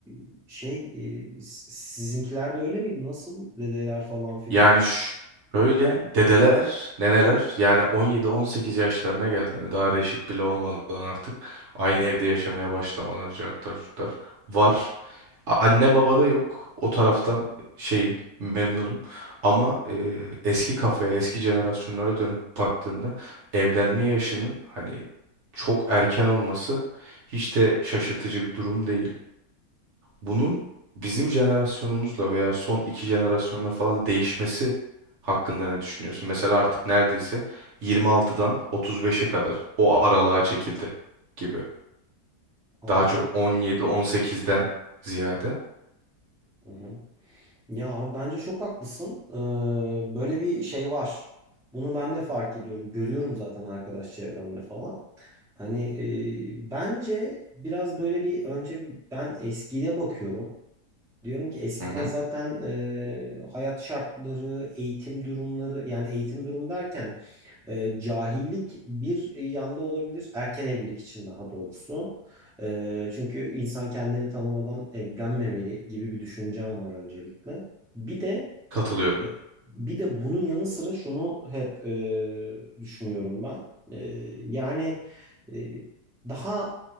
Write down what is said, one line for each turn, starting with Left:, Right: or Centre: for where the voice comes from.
Centre: e, şey e, s- sizinkiler de öyle miydi? Nasıl dedeler falan filan?
Right: Yani ş- şöyle dedeler, neneler yani 17-18 yaşlarına geldiğinde daha reşit bile olmadan artık aynı evde yaşamaya başlamalar cartlar curtlar var. Anne babada yok. O taraftan şeyim memnunum. Ama e, eski kafaya, eski jenerasyonlara dönüp baktığında evlenme yaşının hani çok erken olması hiç de şaşırtıcı bir durum değil. bunun bizim jenerasyonumuzla veya son iki jenerasyonla falan değişmesi hakkında ne düşünüyorsun? Mesela artık neredeyse 26'dan 35'e kadar o aralığa çekildi gibi.
Centre: Abi
Right: Daha
Centre: çok
Right: çok 17-18'den ziyade.
Centre: Hı hı. Ya abi bence çok haklısın. Ee, böyle bir şey var. Bunu ben de fark ediyorum. Görüyorum zaten arkadaş çevremde falan. Hani e, bence biraz böyle bir önce bir ben eskiye bakıyorum. Diyorum ki eskiden
Right: Hı hı.
Centre: zaten e, hayat şartları, eğitim durumları yani eğitim durum derken e, cahillik bir yanda olabilir. Erken evlilik için daha doğrusu. E, çünkü insan kendini tanımadan evlenmemeli gibi bir düşüncem var öncelikle. Bir de
Right: Katılıyorum.
Centre: e, bir de bunun yanı sıra şunu hep e, düşünüyorum ben. E, yani e, daha